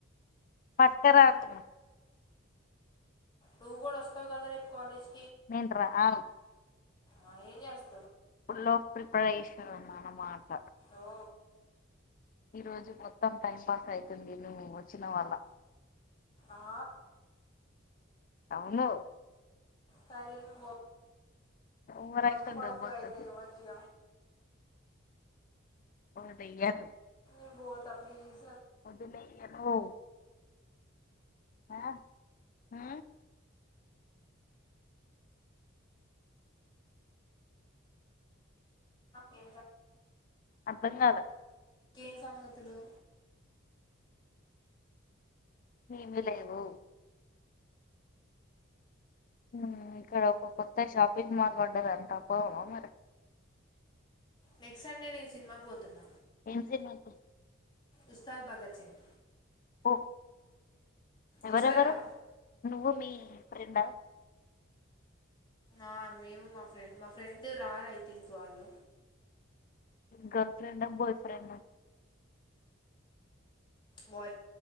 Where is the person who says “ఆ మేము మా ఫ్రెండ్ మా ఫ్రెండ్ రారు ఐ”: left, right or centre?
Left